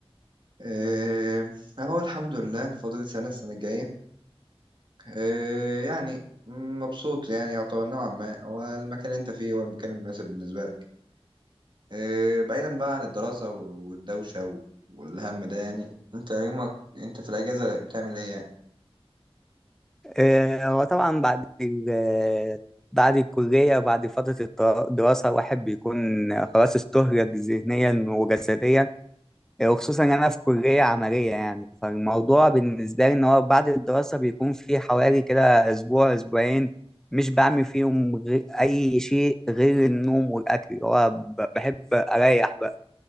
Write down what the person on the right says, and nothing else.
آه، أهو الحمد لله فاضل لي سنة السنة الجاية آه، يعني مبسوط يعني يعتبر نوعا ما هو المكان اللي أنت فيه هو المكان المناسب بالنسبة لك إيه، بعيدا بقى عن الدراسة و- والدوشة و- والهم ده يعني انت يومك انت في الأجازة بتعمل ايه يعني